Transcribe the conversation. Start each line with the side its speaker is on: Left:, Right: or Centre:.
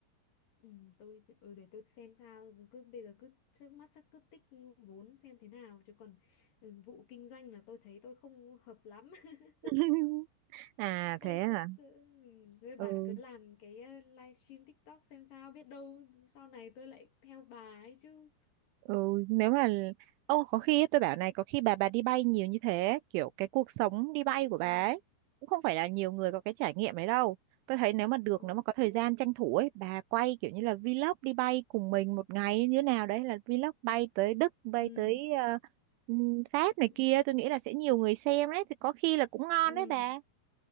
Left: ừ tôi ừ, để tôi xem sao cứ bây giờ cứ trước mắt chắc cứ tích vốn xem thế nào chứ còn ừ, vụ kinh doanh là tôi thấy tôi không hợp lắm <laughs>
Right: <laughs> À
Left: hơi
Right: thế à.
Left: sợ sợ ừ. Thôi bà
Right: Ừ.
Left: cứ làm cái ờ, livestream TikTok xem sao biết đâu sau này tôi lại theo bà ấy chứ
Right: Ừ, nếu mà ô có khi ấy, tôi bảo này có khi bà bà đi bay nhiều như thế kiểu cái cuộc sống đi bay của
Left: ừ
Right: bà ấy cũng không phải là nhiều người có cái trải nghiệm ấy đâu tôi thấy nếu mà được
Left: ồ
Right: nếu mà có thời gian tranh thủ ấy bà quay kiểu như là vlog đi bay cùng mình một ngày như thế nào đấy là vlog bay tới Đức bay
Left: ừ
Right: tới ờ, ừm, Pháp này
Left: ừ
Right: kia tôi nghĩ là sẽ nhiều người xem đấy thì có khi là cũng ngon
Left: Ừ.
Right: đấy bà